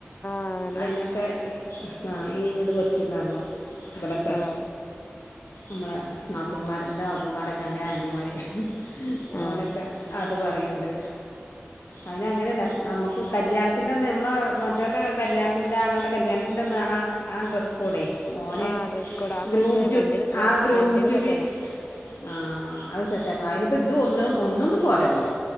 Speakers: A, on the left (about 45°); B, on the left (about 85°).
A: ആ
B: അയിനൊക്കെ ആ ഈ വീട് പറ്റുന്ന്അർണു ഇബലൊക്കെ
A: ആഹ്
B: നമ്മളെ നാത്തൂന്മാർ ഇന്റെ നാത്തൂന്മാരൊക്കെ അൻ്റെ ആൻറ്റിമാര്ഹ്
A: ആഹ്
B: ഓലൊക്കെ അത് പറിയിൻണ്ട് അയിന അങ്ങനെയല്ല നമ്മക്ക് കല്യാണത്തിന്റെ നമ്മളെ മറ്റോന്റെ കല്യാണ ഇൻ്റെ ആഞങ്ങൾടെ കല്യാണത്തിന്റെന്ന് ആ ആ ഡ്രസ്സ് കൊഡെ ഓന്
A: ആഹ് ഡ്രസ് കോഡ് അത് നമ്മക്ക്
B: ഗ്രൂംറ്റു
A: റെന്റിന്
B: ആ ഗ്രൂബി
A: റെന്റിന് സെറ്റ് ആക്കാം
B: ആ അഹ് സെറ്റാക്കണം. അയിനിപ്പം ഇത് ഒന്ന് ഒന്നൊന്നും പോരല്ലോ